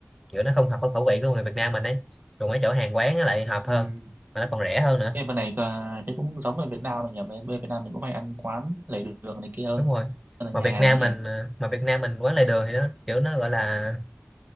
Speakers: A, in the centre; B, on the right.
A: kiểu nó không hợp với khẩu vị của người Việt Nam mình ấy còn mấy chỗ hàng quán nó lại hợp
B: ừ
A: hơn mà nó còn rẻ hơn nữa
B: Em bên này ờ, cái cũng giống ở Việt Nam mà nhỉ? Bên bên Việt Nam mình cũng hay ăn quán lề đường này kia hơn.
A: đúng rồi
B: Hơn là
A: mà
B: nhà
A: Việt
B: hàng
A: Nam
B: ấy nhỉ?
A: mình ờ, mà Việt Nam mình quán lề đường thì nó kiểu nó gọi là